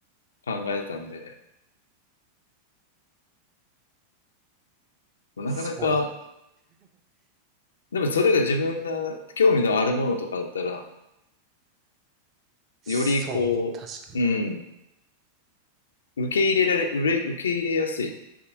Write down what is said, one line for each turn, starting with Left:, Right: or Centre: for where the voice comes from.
Left: 考えてたんで、なかなか
Right: そうです。
Left: でもそれが自分が興味のあるものとかだったら、
Right: <laughs> そう、
Left: よりこう、
Right: 確かに。
Left: うん、受け入れられ、うれ受け入れやすい